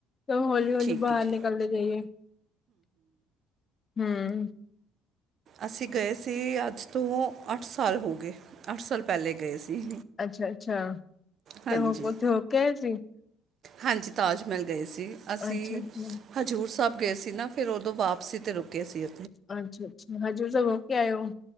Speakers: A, on the left; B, on the right.
A: ਹੋਲੀ- ਹੌਲੀ
B: ਠੀਕ
A: ਬਾਹਰ
B: ਹੈ ਠੀਕ
A: ਨਿਕਲਦੇ ਜਾਈਏ, ਹੂੰ।
B: ਅਸੀਂ ਗਏ ਸੀ, ਅੱਜ ਤੋਂ ਅੱਠ ਸਾਲ ਹੋ ਗਏ, ਅੱਠ ਸਾਲ ਪਹਿਲੇ ਗਏ ਸੀ।
A: ਅੱਛਾ-ਅੱਛਾ,
B: ਹਾਂਜੀ
A: ਤੇ ਉਹ ਉੱਥੇ ਹੋਕੇ ਆਏ ਸੀ?
B: ਹਾਂਜੀ ਤਾਜ ਮਹਿਲ ਗਏ ਸੀ। ਅਸੀਂ
A: ਅੱਛਾ-ਅੱਛਾ,
B: ਹਜ਼ੂਰ ਸਾਬ ਗਏ ਸੀ ਨਾ, ਫੇਰ ਉਦੋਂ ਵਾਪਸੀ ਤੇ ਰੁਕੇ ਸੀੇ।
A: ਅੱਛਾ-ਅੱਛਾ, ਹਜੂਰ ਸਾਹਿਬ ਹੋ ਕੇ ਆਏ ਹੋ?